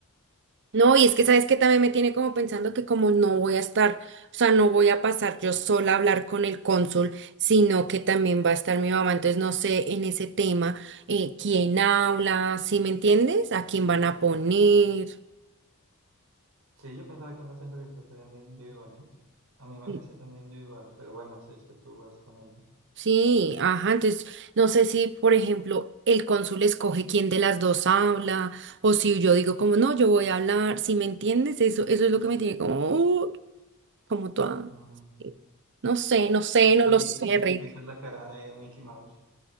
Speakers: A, on the right (about 55°); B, on the right (about 90°).
A: No, y es que sabes que también me tiene como pensando que como no voy a estar, o sea, no voy a pasar yo sola a hablar con el cónsul, sino que también va a estar mi mamá. Entonces no sé en ese tema eh, quién habla, ¿sí me entiendes? ¿A quién van a poner?
B: Sí, yo pensaba que las entrevistas serían de individuales. A mí me
A: Sí.
B: lo hicieron de individual, pero bueno, si es que tú vas con ella.
A: Sí, ajá. Entonces no sé si, por ejemplo, el cónsul escoge quién de las dos habla, o si yo digo como no, yo voy a hablar, ¿sí me entiendes? Eso, eso es lo que me tiene como, uh, como toda,
B: Mm.
A: eh, no sé, no sé,
B: Y,
A: no
B: y-
A: lo sé,
B: y si
A: Rick.
B: te pintas la cara de Mickey Mouse.